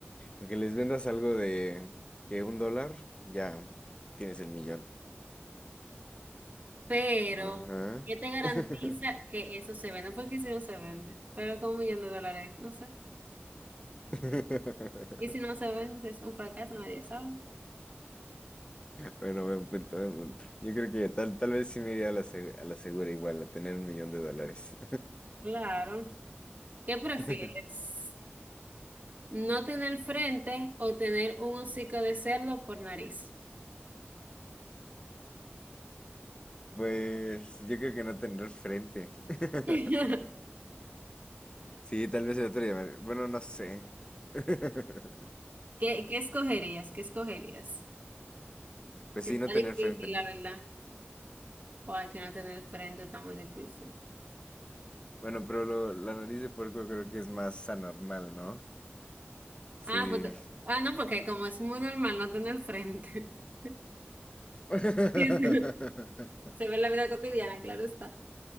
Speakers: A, on the left; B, on the right.
A: Aunque les vendas algo de que un dólar, ya tienes el millón.
B: Pero,
A: Ajá.
B: ¿qué te garantiza
A: <laughs>
B: que eso se venda? Porque si no se vende, pero con un millón de dólares, no sé.
A: <laughs>
B: Y si no se vende, si es un fracaso, nadie sabe.
A: Bueno, buen punto, buen punto. Yo creo que tal, tal vez sí me iría a la, se- a la segura igual, a tener un millón de dólares.
B: Claro. ¿Qué prefieres?
A: <laughs>
B: ¿No tener frente o tener un hocico de cerdo por nariz?
A: Pues yo creo que no tener frente.
B: <laughs> ¿Qué,
A: <laughs> Sí, tal vez el otro día. Bueno, no sé. <laughs>
B: qué escogerías? ¿Qué escogerías?
A: Pues
B: Está
A: sí, no tener
B: difícil,
A: frente.
B: la verdad. O hay que no tener frente está muy difícil.
A: Bueno, pero lo- la nariz de puerco creo que es más anormal, ¿no? Sí.
B: Ah, pues, te- ah, no, porque como es muy normal no tener frente. <laughs>
A: <laughs>
B: Eso Se ve en la vida cotidiana, claro está.